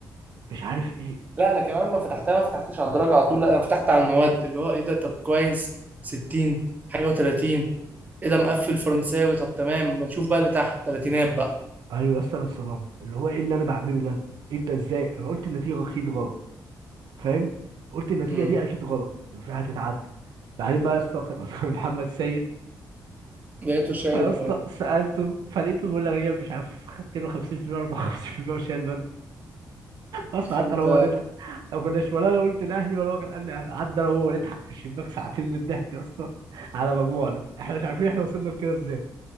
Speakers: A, on the right; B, on the right.
A: مش عارف ايه
B: لا انا كمان ما فتحتها ما فتحتش على الدرجه على طول لا انا فتحت على المواد اللي هو ايه ده طب كويس 60 حاجه و30 ايه ده مقفل فرنساوي طب تمام ما نشوف بقى اللي تحت تلاتينات بقى
A: ايوه يا اسطى انا اتصدمت اللي هو ايه اللي انا بعمله ده انت ازاي انا قلت النتيجه اكيد غلط فاهم قلت النتيجه
B: امم
A: دي اكيد غلط هتتعدل بعدين بقى يا اسطى كان قدام <laughs> محمد سيد
B: لقيته شايل
A: يا
B: مواد
A: اسطى سالته فلقيته بيقول لي انا جايب مش عارف خدت له 50% 54% وشايل اصلا
B: فانت
A: حتى لو هو نضحك لو كنا شمال انا قلت الاهلي ولا هو كان قال لي أهلي. قعدنا انا وهو نضحك في الشباك ساعتين من الضحك يا اسطى على مجموعنا احنا مش عارفين احنا وصلنا لكده ازاي